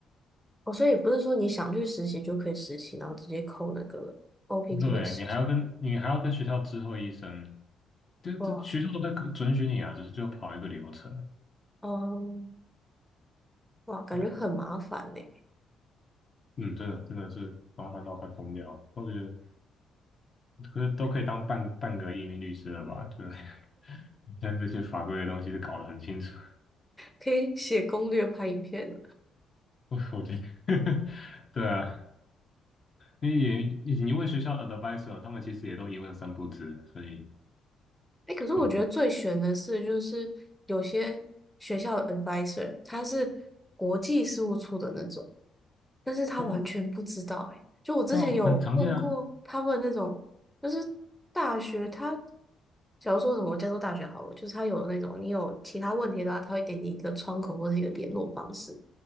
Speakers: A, in the centre; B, on the left (about 35°).
A: 哦，所以不是说你想去实习就可以实习，然后直接扣那个 OPT
B: 对，
A: 的时间。
B: 你还要跟你还要跟学校知会一声，这这学校都在准许你啊，
A: 哇，
B: 只是就要跑一个流程。
A: 嗯，哇，感觉很麻烦呢，
B: 对啊嗯，真的真的是麻烦到快疯掉，都觉得可是都可以当半个半个移民律师了吧？就是 <laughs> 现在这些法规的东西是搞得很清楚，
A: 可以写攻略、拍影片。
B: <laughs> 我我觉得，<laughs> 对啊，因为也以及因为学校 advisor 他们其实也都一问三不知，所以
A: 哎，可是我觉得最悬的是，
B: 很
A: 就是有些学校的 advisor 他是国际事务处的那种，但是他完全不知道、
B: 对啊
A: 欸。哎，就我之前有问过他们那种，
B: 对啊很常见啊，
A: 就是大学他，假如说什么加州大学好了，就是他有那种你有其他问题的话，他会给你一个窗口或者一个联络方式。